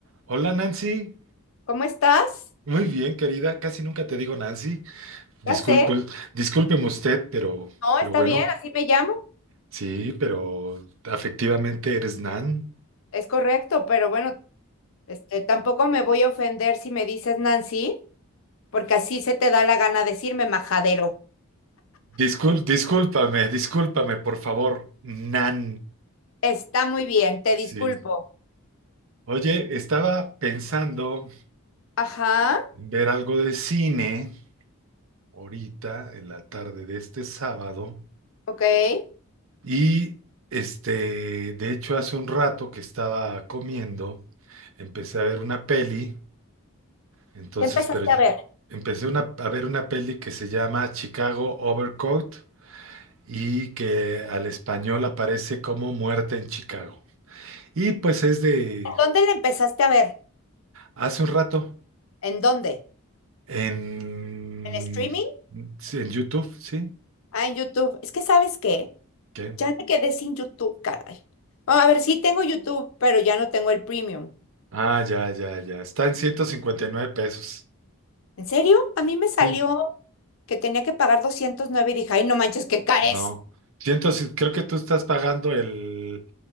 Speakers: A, on the right; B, on the left.
A: Hola Nancy,
B: ¿Cómo estás?
A: muy bien querida, casi nunca te digo Nancy, disculpe,
B: Ya sé.
A: discúlpeme usted, pero,
B: No,
A: pero
B: está
A: bueno,
B: bien, así me llamo.
A: sí, pero afectivamente eres Nan.
B: Es correcto, pero bueno, este, tampoco me voy a ofender si me dices Nancy, porque así se te da la gana decirme majadero.
A: Discul- discúlpame, discúlpame, por favor, Nan.
B: Está muy bien, te
A: Sí.
B: disculpo.
A: Oye, estaba pensando
B: Ajá,
A: en ver algo de cine ahorita en la tarde de este sábado
B: ok. ¿Qué
A: y este, de hecho hace un rato que estaba comiendo, empecé a ver una peli. Entonces,
B: empezaste
A: pero yo-
B: a ver?
A: empecé una- a ver una peli que se llama Chicago Overcoat y que al español aparece como Muerte en Chicago. Y pues es de
B: ¿En dónde le empezaste a ver?
A: hace un rato
B: ¿En dónde?
A: en,
B: ¿En streaming?
A: sí, en YouTube, ¿sí?
B: Ah, en YouTube. Es que ¿sabes qué?
A: ¿Qué?
B: Ya me quedé sin YouTube, caray. Ah, a ver, sí tengo YouTube, pero ya no tengo el premium.
A: Ah, ya, ya, ya. Está en 159 pesos.
B: ¿En serio? A mí me salió
A: Sí,
B: que tenía que pagar 209 y dije, ay, no manches, qué cares.
A: no. Entonces, creo que tú estás pagando el,